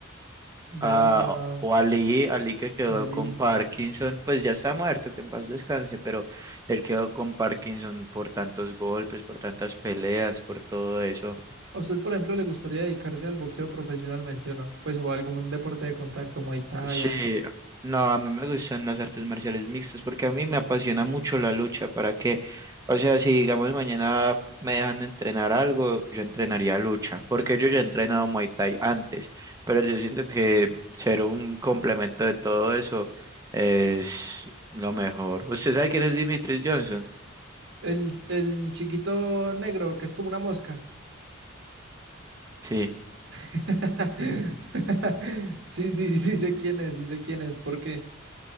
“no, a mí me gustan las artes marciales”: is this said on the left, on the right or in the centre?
Right